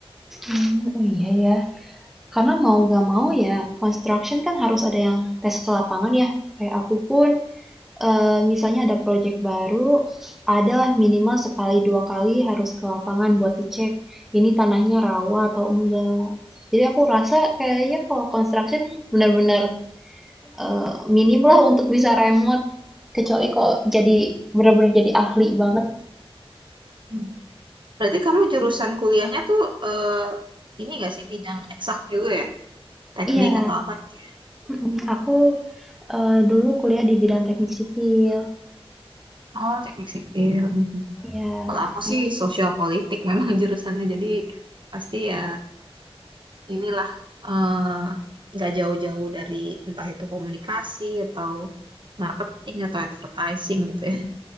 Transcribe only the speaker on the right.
Hmm. Berarti kamu jurusan kuliahnya tuh eh, ini gak sih bidang eksak juga ya? Teknik
atau apa? gitu?
Oh, teknik sipil. Mhm.
Kalau aku
sih sosial politik memang <laughs> jurusannya jadi pasti ya inilah eh, nggak jauh-jauh dari entah itu komunikasi atau marketing atau advertising gitu ya.